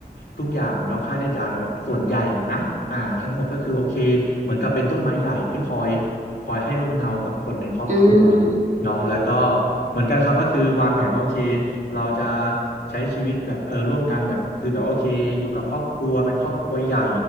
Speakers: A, on the left; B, on the right.
A: ทุกอย่างเนาะค่าใช้จ่ายแบบส่วนใหญ่อะนะอ่าทั้งหมดก็คือโอเคเหมือนกับเป็นต้นไม้ใหญ่ที่คอยคอยให้ร่มเงากับคนในครอบครัว
B: อืม
A: เนาะแล้วก็เหมือนกันครับก็คือวางแผนว่าโอเคเราจะใช้ชีวิตแบบเออร่วมกันแบบคือแบบว่าโอเคอยู่กับครอบครัวเป็นครอบครัวใหญ่